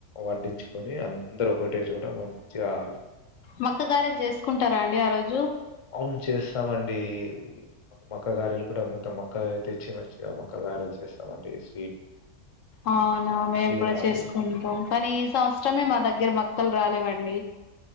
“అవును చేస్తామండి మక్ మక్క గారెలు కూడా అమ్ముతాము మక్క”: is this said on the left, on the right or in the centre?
Left